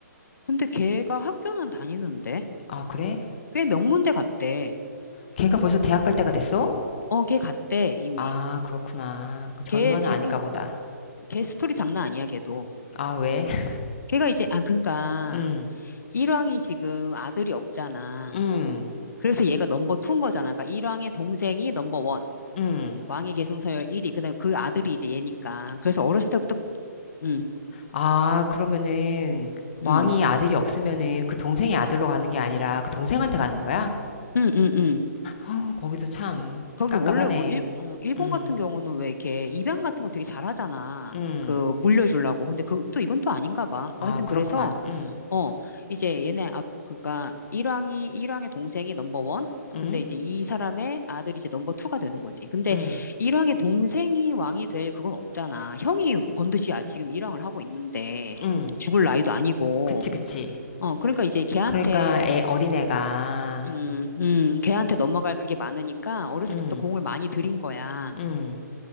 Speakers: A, on the left; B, on the left.
A: 근데 걔가 학교는 다니는데?
B: 아, 그래?
A: 꽤 명문대 갔대.
B: 걔가 벌써 대학 갈 때가 됐어?
A: 어, 걔 갔대, 이미.
B: 아, 그렇구나. 그 전응아는
A: 걔, 걔도,
B: 아닌가 보다.
A: 걔 스토리 장난 아니야, 걔도.
B: 아, 왜? <laughs>
A: 걔가 이제, 아, 그니까,
B: 음,
A: 일왕이 지금 아들이 없잖아.
B: 음,
A: 그래서 얘가 넘버 투인 거잖아. 그러니까 일왕의 동생이 넘버 원,
B: 음.
A: 왕위 계승서열 1위, 그 다음에 그 아들이 이제 얘니까. 그래서 어렸을 때부터, 응,
B: 아, 그러면은
A: 응,
B: 왕이 아들이 없으면은 그 동생의 아들로 가는 게 아니라 그 동생한테 가는 거야?
A: 응, 응, 응.
B: 아 거기도 참
A: 거기
B: 깝깝하네.
A: 원래 뭐, 일, 어, 일본
B: 음,
A: 같은 경우는 왜 이렇게 입양 같은 거 되게 잘하잖아.
B: 음.
A: 그, 물려주려고. 근데 그, 또 이건 또 아닌가 봐.
B: 아,
A: 뭐 하여튼
B: 그렇구만.
A: 그래서,
B: 음,
A: 어, 이제 얘네 앞, 그러니까 일왕이, 일왕의 동생이 넘버원?
B: 음,
A: 근데 이제 이 사람의 아들이 이제 넘버투가 되는 거지. 근데
B: 음,
A: 일왕의 동생이 왕이 될 그건 없잖아. 형이 번듯이 아, 지금 일왕을 하고 있는데
B: 음.
A: 죽을 나이도 아니고.
B: 그치, 그치.
A: 어, 그러니까 이제 걔한테,
B: 그러니까 애 어린애가
A: 음, 음, 걔한테 넘어갈 그게 많으니까 어렸을
B: 음,
A: 때부터 공을 많이 들인 거야.
B: 음.